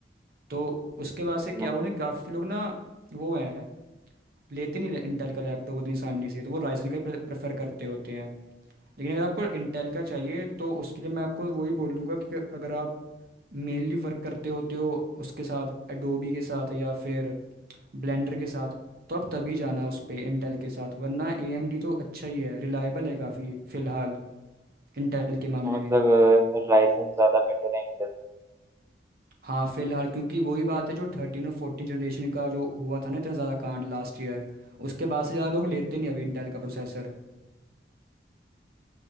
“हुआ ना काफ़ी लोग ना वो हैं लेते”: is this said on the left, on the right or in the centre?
Right